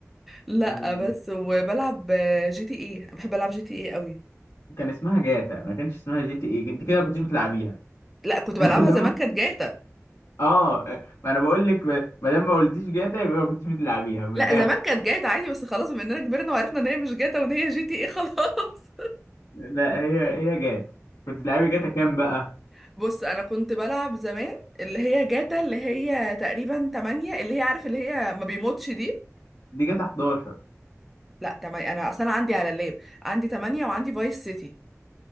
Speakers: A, in the centre; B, on the left.
A: لا
B: يعني
A: بس وبلعب جي تي ايه بحب العب جي تي ايه قوي
B: كان اسمها جاتا ما كانش اسمها جي تي ايه انت كده ما كنتش بتلعبيها
A: لا كنت
B: <laughs>
A: بلعبها
B: لما-
A: زمان كانت جاتا
B: اه ما انا بقول لك ما ما دام ما قلتيش جاتا يبقى ما كنتش بتلعبيها من
A: لا
B: الاخر
A: زمان كانت جاتا عادي بس خلاص بما اننا كبرنا وعرفنا ان هي مش جاتا وان هي جي تي ايه خلاص
B: لا هي هي جاتا كنت بتلعبي جاتا كام بقى
A: <laughs> بص انا كنت بلعب زمان اللي هي جاتا اللي هي تقريبا 8 اللي هي عارف اللي هي ما بيموتش دي
B: دي جاتا 11
A: لا تمام انا اصلا عندي على اللاب عندي 8 وعندي فايس سيتي